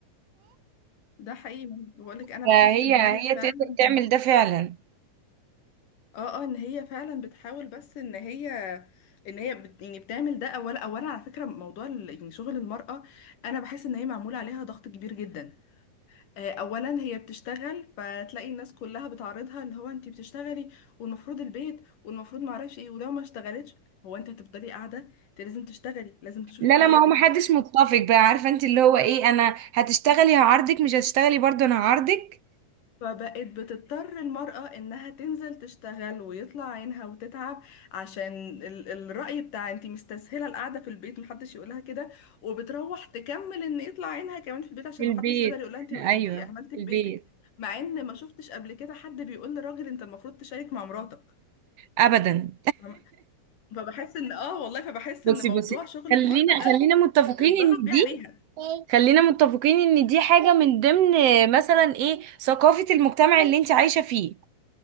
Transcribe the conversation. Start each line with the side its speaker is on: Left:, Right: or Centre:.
Left: ده حقيقي بقولك انا
Right: فهي
Left: بحس ان هي
Right: هي
Left: فعلا
Right: تقدر تعمل ده فعلا
Left: اه اه ان هي فعلا بتحاول بس ان هي ان هي بت يعني بتعمل ده اولا اولا على فكره موضوع ال- يعني شغل المراه انا بحس ان هي معمول عليها ضغط كبير جدا آه، اولا هي بتشتغل فتلاقي الناس كلها بتعارضها اللي هو انت بتشتغلي والمفروض البيت والمفروض ما اعرفش ايه ولو ما اشتغلتش هو انت هتفضلي قاعده انت لازم تشتغلي لازم تشوفي
Right: لا
Left: حياتك
Right: لا ما هو محدش متفق بقى عارفه انت اللي هو ايه انا هتشتغلي هعارضك مش هتشتغلي برضه انا هعارضك
Left: فبقت بتضطر المرأة إنها تنزل تشتغل ويطلع عينها وتتعب عشان ال الرأي بتاع انتي مستسهلة القعدة في البيت محدش يقولها كده وبتروح تكمل إن يطلع عينها كمان في البيت عشان
Right: في البيت
Left: محدش يقدر يقولها انتي
Right: ايوه
Left: انتي أهملت في
Right: في البيت
Left: بيتك مع إن ما شفتش قبل كده حد بيقول لراجل انت المفروض تشارك مع مراتك
Right: ابدا
Left: فاهمة؟ فبحس إن آه والله فبحس
Right: <laughs> بصي
Left: إن موضوع
Right: بصي
Left: شغل
Right: خلينا
Left: المرأة ده
Right: خلينا متفقين
Left: اتضغط
Right: ان
Left: بيه
Right: دي
Left: عليها
Right: خلينا متفقين ان دي حاجة من ضمن مثلا ايه ثقافة المجتمع اللي انت عايشة فيه